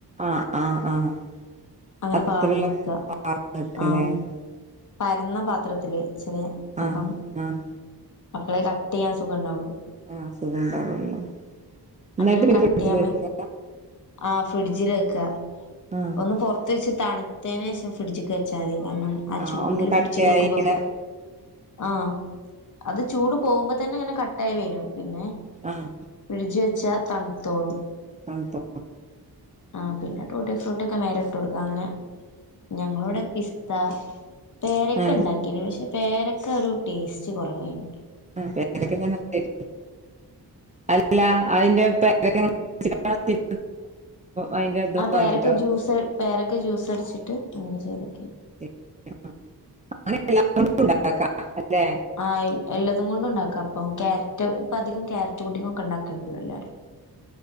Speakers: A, on the right; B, on the left.
A: ആഹ് ആഹ് ആഹ്
B: അങ്ങനെ
A: <unintelligible>
B: പാർന്ന് വെക്ക ആഹ് പരന്ന പാത്രത്തില് ചെറിയ
A: ആഹ്
B: അപ്പം
A: ആഹ്
B: അപ്പളേ കട്ടെയ്യാൻ സുഖം ഇണ്ടാവുള്ളു
A: ആഹ് സുഖം ഉണ്ടാവുള്ളൂ എന്നിട്ട്
B: മറ്റേ
A: പിന്നെ
B: കട്ടിയാമ്മെ
A: ഫ്രിഡ്ജിൽ വെക്ക
B: ആഹ് ഫ്രിഡ്ജിൽ വെക്ക
A: ആഹ്
B: ഒന്ന് പുറത്ത് വെച്ച് തണുത്തന് ശേഷം ഫ്രിഡ്ജ്ക്ക് വെച്ചാതി കാരണം ആ
A: ആഹ്
B: ചൂട്ല്
A: ഒന്ന് കട്ടയായി
B: ഫ്രിഡ്ജ്ക്ക് വെക്കുമ്പോ
A: ഇങ്ങനെ
B: ആ അത് ചൂട് പോകുമ്പോ തന്നെ അങ്ങനെ കട്ടായി വരും പിന്നെ
A: ആഹ്
B: ഫ്രിഡ്ജിൽ വെച്ചാ തണുത്തോളും
A: തൺത്തോ
B: ആ പിന്നെ ടൂട്ടി ഫ്രൂട്ട് ഒക്കെ മേലെ ഇട്ട് കൊടുക്ക അങ്ങനെ ഞങ്ങളോടെ പിസ്ത പേരക്ക
A: ല്ലേ
B: ഉണ്ടാക്കിന് പക്ഷെ പേരക്ക ഒരു ടേസ്റ്റ് കുറവായിനി
A: ആ പേരക്ക <unintelligible> അല്ല അതിന്റെ <unintelligible> അയ്ന്റെ ഇതും
B: ആ പേരക്ക
A: വാങ്ങിട്ടോ
B: ജ്യൂസ് പേരക്ക ജ്യൂസ് അടിച്ചിട്ട് അങ്ങനെ ചെയ്തേ
A: <unintelligible> അല്ലേ
B: ആ എല്ലതും കൊണ്ട് ഉണ്ടാക്ക അപ്പം ക്യാരറ്റ് ഇപ്പ അധികം ക്യാരറ്റ് ഫുഡിംഗൊക്കെ ഉണ്ടാക്കല്ണ്ടല്ലോ എല്ലാരും